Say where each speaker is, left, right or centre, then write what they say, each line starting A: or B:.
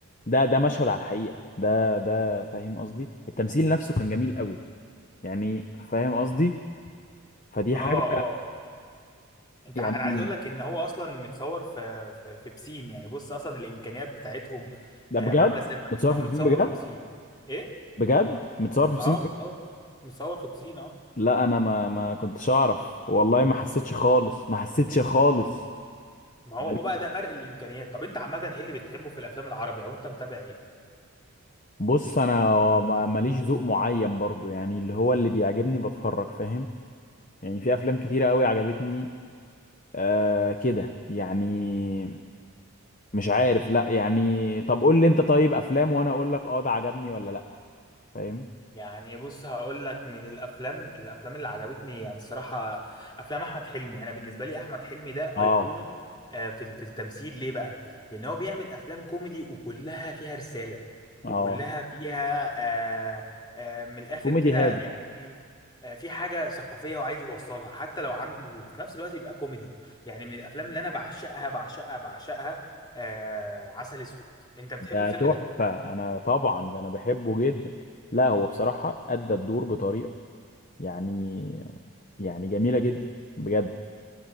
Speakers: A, on the left; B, on the left.
A: ده ده مشهد على الحقيقه ده ده فاهم قصدي التمثيل نفسه كان جميل قوي يعني فاهم قصدي فدي
B: اه
A: حاجه
B: اه انت
A: يعني
B: ع- انا عايز اقول لك ان هو اصلا متصور في في, في بسين يعني بص اصلا الامكانيات بتاعتهم
A: ده
B: آه،
A: بجد
B: عامله ازاي لدرجة
A: متصور
B: ان هو
A: في
B: متصور
A: بسين بجد
B: في بسين ايه
A: بجد متصور في بسين
B: اه
A: بجد
B: متصور متصور في بسين اه
A: لا انا ما ما كنتش اعرف والله ما حسيتش خالص ما حسيتش خالص
B: ما هو
A: غريب
B: بقى ده فرق الامكانيات طب انت عامه ايه اللي بتحبه في الافلام العربي او انت متابع ايه
A: بص انا ما- ماليش ذوق معين برضو يعني اللي هو اللي بيعجبني بتفرج فاهم يعني في افلام كتيرة قوي عجبتني آه كده يعني مش عارف لا يعني طب قول لي انت طيب افلام وانا اقول لك اه ده عجبني ولا لا فاهم
B: يعني بص هقول لك من الافلام الافلام اللي عجبتني يعني الصراحه افلام احمد حلمي انا بالنسبه لي احمد حلمي ده
A: اه
B: ايقونه آه، في في التمثيل ليه بقى لان هو بيعمل افلام كوميدي وكلها فيها رساله
A: اه
B: وكلها فيها آه، آه، من الاخر
A: كوميدي
B: كده
A: هادف
B: يعني إيه، آه، في حاجه ثقافيه هو عايز يوصلها حتى لو عامل وفي نفس الوقت يبقى كوميدي يعني من الافلام اللي انا بعشقها بعشقها بعشقها آه، عسل اسود انت بتحب
A: ده
B: الفيلم
A: تحفة
B: ده
A: أنا طبعا ده أنا بحبه جدا لا هو بصراحة أدى الدور بطريقة يعني يعني جميلة جدا بجد